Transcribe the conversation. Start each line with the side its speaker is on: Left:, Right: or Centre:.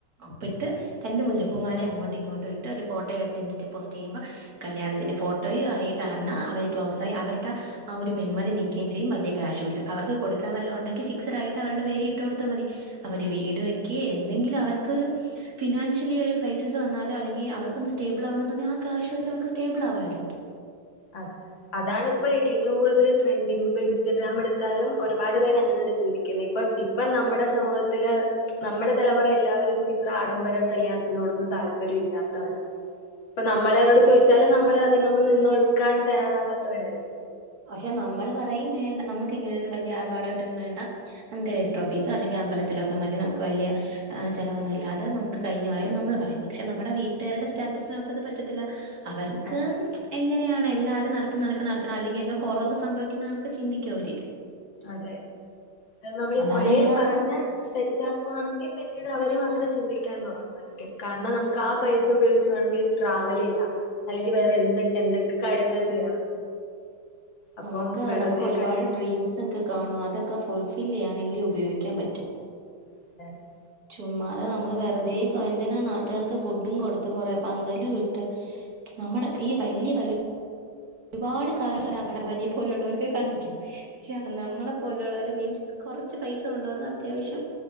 Right: പ്പിട്ട് രണ്ട് മുല്ലപ്പൂമാലയും അങ്ങോട്ടും ഇങ്ങോട്ടും ഇട്ട് ഒരു ഫോട്ടോയെടുത്ത് ഇൻസ്റ്റ പോസ്റ്റ് ചെയ്യുമ്പോൾ കല്യാണത്തിന്റെ ഫോട്ടോയും ആയി എന്നാ അവര് ക്ലോസായി അവരുടെ ആഹ് ഒരു മെമ്മറി നി നിക്കയും ചെയ്യും വലിയ ക്യാഷും ഇല്ല അവർക്ക് കൊടുക്കൻ വല്ലോ ഉണ്ടെങ്കി ഫിക്സഡ് ആയിട്ട് അവരുടെ പേരി ഇട്ട് കൊടുത്താ മതി അവര് വീട് വെക്കെ എന്തെങ്കിലും അവർക്കൊരു ഫിനാൻഷ്യലി ഒരു ക്രൈസിസ് വന്നാലോ അല്ലെങ്കി അവർക്കൊന്ന് സ്റ്റെബിൾ ആവണെന്ന് തോന്നി ആ കാഷ് വച്ച് അവർക്ക് സ്റ്റേബിൾ ആവാല്ലോ
Left: അതെ അതെ അതാണ് ഇപ്പൊ ഏറ്റവും കൂടുതൽ ട്രെൻഡിങ് ഇപ്പൊ ഇൻസ്റ്റാഗ്രാം എടുത്താലും ഒരുപാട് പേര് അങ്ങനെ തന്നെ ചിന്തിക്കുന്നത് ഇപ്പൊ ഇപ്പൊ നമ്മുടെ സമൂഹത്തില് നമ്മുടെ തലമുറ എല്ലാവരും ഇത്ര ആഡംബര കല്യാണത്തിനോടൊന്നും താല്പര്യം ഇല്ലാത്തവരാ ഇപ്പൊ നമ്മളോട് ചോദിച്ചാലും നമ്മള് അതിനൊന്നും നിന്ന് കൊടുക്കാൻ തയ്യാറാവാത്തവരല്ലേ
Right: പക്ഷെ നമ്മൾ പറയും വേണ്ട നമ്മുക്ക് ഇങ്ങനെയൊന്നും വല്ല്യ ആർഭാടായിട്ടൊന്നും വേണ്ട നമ്മുക്ക് രജിസ്റ്റർ ഓഫീസോ അല്ലെങ്കിൽ അമ്പലത്തിലോക്കെ മതി നമ്മുക്ക് വല്ല്യ ചിലവന്നും ഇല്ലാതെ നമ്മുക്ക് കഴിഞ്ഞു പോയാ നമ്മള് പറയും പക്ഷെ നമ്മുടെ വീട്ടുകാരുടെ സ്റ്റാറ്റസിനകത്ത് അത് പറ്റത്തില്ല അവർക്ക്
Left: അതെ
Right: എങ്ങനെയാണ് എല്ലാരും നടത്തുന്നകണക്ക് നടത്തണം അല്ലെങ്കിൽ എന്തോ കുറവ് സംഭവിക്കുന്ന കണക്ക് ചിന്തിക്കും അവര്
Left: അതെ അത് നമ്മള് ഇപ്പഴേ
Right: അതാണ് എല്ലായിടത്തും
Left: പറഞ്ഞ സെറ്റാക്കുവാണെങ്കിൽ പിന്നീട് അവര് അങ്ങനെ ചിന്തിക്കാൻ തുടങ്ങും കാരണം നമ്മുക്ക് ആ പൈസ ഉപയോഗിച്ച് വേണെങ്കിൽ ട്രാവല് ചെയ്യാം അല്ലെങ്കിൽ വേറെ എന്ത് എന്തൊക്കെ കാര്യങ്ങൾ ചെയ്യാം അപ്പം
Right: നമ്മുക്ക്
Left: വെറുതെ
Right: നമ്മുക്ക് ഒരുപാട്
Left: കല്യാ
Right: ഡ്രീംസ് ഒക്കെ കാണും അതൊക്കെ ഫുൾഫില്ല് ചെയ്യാനെങ്കിലും ഉപയോഗിക്കാൻ പറ്റും
Left: <unintelligible>
Right: ചുമ്മാതെ നമ്മള് വെറുതെ എന്തിന നാട്ടുകാർക്ക് ഫുഡും കൊടുത്ത് കുറെ പന്തലും ഇട്ട് നമ്മുടെ ഈ വല്ല്യ ഒരുപാട് <unintelligible> പോലെയുള്ളവർക്ക് കാണിക്കാം പക്ഷെ നമ്മളെ പോലെയുള്ളവര് മീൻസ് കുറച്ച് പൈസ കൊണ്ട് വന്ന് അത്യാവശ്യം